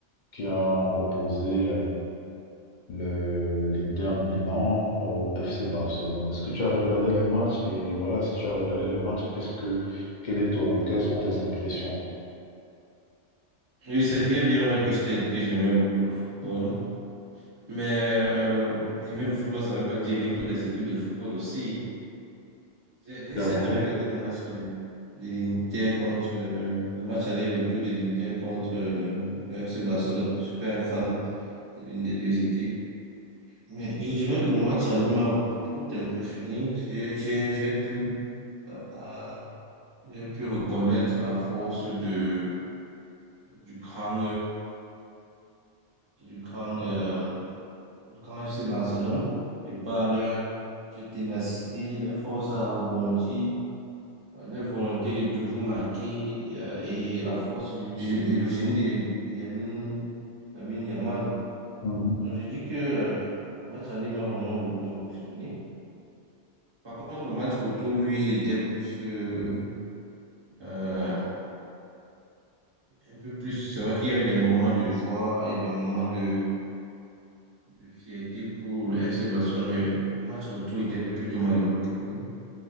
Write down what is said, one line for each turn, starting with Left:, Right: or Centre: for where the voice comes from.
Left: qui ont opposé euh, le, l'Inter Milan au FC Barcelone. Est-ce que tu as regardé les matchs? Et voilà, si tu as regardé les matchs, qu'est-ce que, quelle est ton- quelles sont tes impressions?
Right: oui c'est- il est bien vrai que je t'ai dit que j'aimais beaucoup le football, mais euh, aimer le football, ça ne veut pas dire aimer toutes les équipes de football aussi. J'ai j'ai
Left: D'accord.
Right: essayé de regarder le match de, de l'Inter contre, euh, le match aller-retour de l'Inter contre euh, le FC Barcelone. Je suis pas un fan de l'une des deux équipes. Mais je dirais que le match aller m'a beaucoup impressionné. J'ai j'ai- j'ai pu, euh, à- j'ai pu reconnaître la force de, du cran du grand, euh, du grand FC Barcelone, de par leur, leur ténacité, leur force à rebondir, euh, leur volonté de toujours marquer et, euh, et la force du, du- et le génie de, de Yamin, Lamine Yamal.
Left: Mhm.
Right: Donc, je dis que euh, le match aller m'a vraiment beaucoup impressionné. Par contre, le match retour, lui, il était plus, euh, euh, un peu plus. C'est vrai qu'il y a eu des moments de joie et des moments de, de fierté pour le FC Barcelone, mais le match retour était plutôt malheureux pour eux.